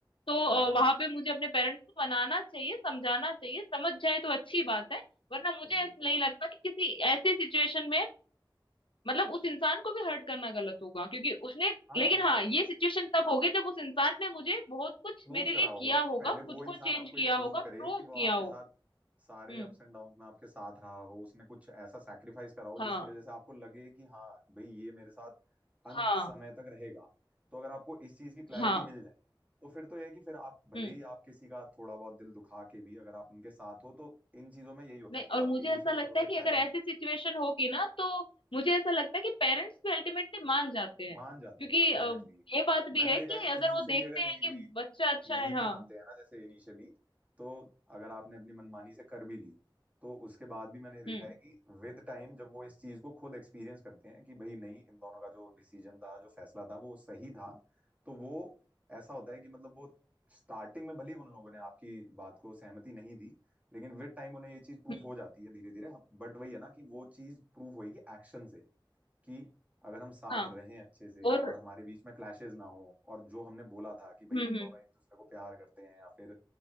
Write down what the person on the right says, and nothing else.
हाँ हाँ
बिल्कुल
बिल्कुल
हाँ
प्रूव
कराओ
पहले
वो इंसान
आपको
ये प्रूव
करे
कि वो
आपके
साथ सारे
अप्स एंड डाउन्स में आपके साथ रहा हो उसने कुछ ऐसा सैक्रिफाइस करा हो
जिसकी वजह से आपको लगे कि हाँ भाई ये मेरे साथ अंत
समय तक रहेगा तो अगर आपको इस चीज की क्लैरिटी
मिल जाए तो फिर तो यह है कि फिर आप भले
ही आप किसी का थोड़ा बहुत दिल दुखा के भी अगर आप उनके साथ हो तो इन चीजों में यही होता
है कि
आप
इनिशियली
हो सकता
है
मान जाते
हैं एग्जैक्टली
exactly.
मैंने
देखा
है कि
इनिशियली
अगर
नहीं
भी
नहीं
भी
मानते हैं ना जैसे इनिशियली तो अगर आपने अपनी मनमानी से कर भी ली तो उसके बाद भी मैंने देखा
है कि विद टाइम जब वो इस चीज को खुद एक्सपीरियंस करते हैं कि भाई नहीं इन दोनों का जो डिसीजन था जो फैसला था वो सही था तो वो ऐसा होता है कि मतलब वो स्टार्टिंग में भले ही उन लोगों ने आपकी बात को सहमति नहीं दी लेकिन विद टाइम उन्हें ये चीज प्रूफ
हो जाती है धीरे धीरे बट वही है ना कि वो चीज प्रूफ होगी एक्शन से कि अगर हम साथ
रहें अच्छे से
और हमारे बीच में क्लैशेस ना हो और जो हमने बोला था कि भाई
हम
दोनों एक दूसरे को प्यार करते हैं या फिर